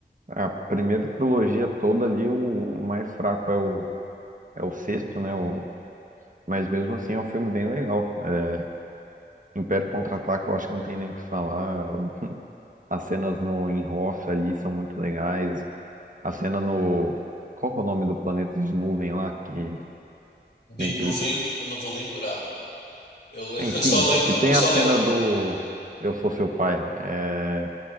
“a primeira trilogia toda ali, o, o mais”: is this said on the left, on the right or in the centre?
Right